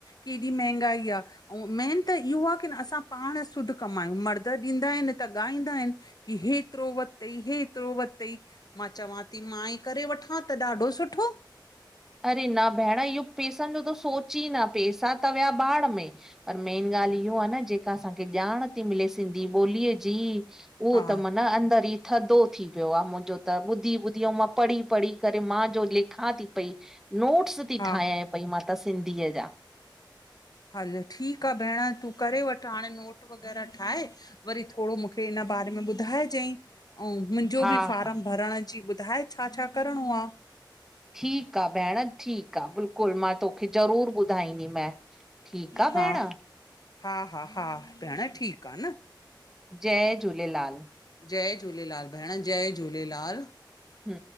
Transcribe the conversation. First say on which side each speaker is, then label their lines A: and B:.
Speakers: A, on the left; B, in the centre.
A: केडी महंगाई आ? ऐं मेन त इहो आहे। की न, असां पाण श सुद्ध कमायूं। मर्द ॾींदा आहिनि त ॻाईंदा आहिनि। की, हेतिरो वरितइ। हेतिरो वरितई। मां चवां ते मां ई करे वठां त ॾाढो सुठो।
B: अर, न भेण! इहो पैसनि जो त सोच ई न। पैसा त विया भाड़ में पर, मेन ॻाल्हि इहो आहे न। जेका असांखे ॼाण थी मिले सिंधी ॿोलीअ जी उहो
A: हा
B: त मना अंदरि ई थधो थी, वियो आहे। मुंहिंजो त ॿुधी, ॿुधी मां पढ़ी, पढ़ी करे मां जो लिखां थी पई। नोट्स थी
A: हा
B: ठाहियां पई, मां ता सिंधीअ जा।
A: हलो, ठीकु आहे। भेण! तूं करे वठ। हाणे नोट वग़ैरह ठाहे वरी थोरो मूंखे हिन बारे में ॿुधाइजांइ ऐं मुंहिंजो
B: हा
A: बि फारम
B: हा
A: भरण जी। ॿुधाए छा, छा करिणो आहे?
B: ठीकु आहे। भेण! ठीकु आहे। बिल्कुलु, मां तोखे ज़रूरु ॿुधाईंदीमै। ठीकु आ
A: हा
B: भेण।
A: हा! हा हा! भेण ठीकु आ न।
B: जय झूलेलाल।
A: जय झूलेलाल! भेण, जय झूलेलाल!
B: हू।